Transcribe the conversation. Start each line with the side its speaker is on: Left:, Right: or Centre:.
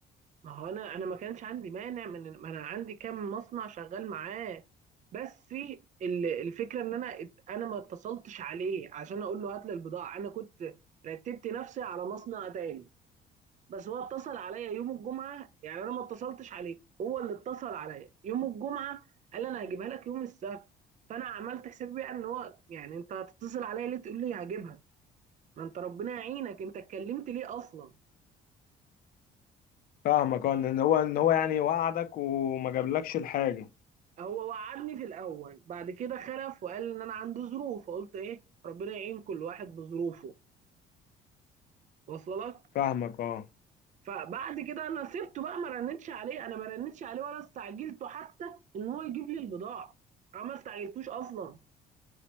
Right: ما هو انا انا ما كانش عندي مانع من ما انا عندي كام مصنع شغال معاه بس ال- الفكره ان انا ات- انا ما اتصلتش عليه عشان اقول له هات لي البضاعه انا كنت رتبت نفسي على مصنع تاني بس هو اتصل عليا يوم الجمعه يعني انا ما اتصلتش عليه هو اللي اتصل عليا يوم الجمعه قال لي انا هجيبها لك يوم السبت فانا عملت حساب بقى ان هو يعني انت هتتصل عليا ليه تقول لي هجيبها ما انت ربنا يعينك انت اتكلمت ليه اصلا
Left: فاهمك اه ان هو ان هو يعني وقعدك وما جابلكش الحاجه
Right: هو وعدني في الاول بعد كده خلف وقال ان انا عندي ظروف فقلت ايه ربنا يعين كل واحد بظروفه واصله لك
Left: فاهمك اه
Right: فبعد كده انا سبته بقى ما رنتش عليه انا ما رنتش عليه ولا استعجلته حتى ان هو يجيب لي البضاعه انا ما استعجلتوش اصلا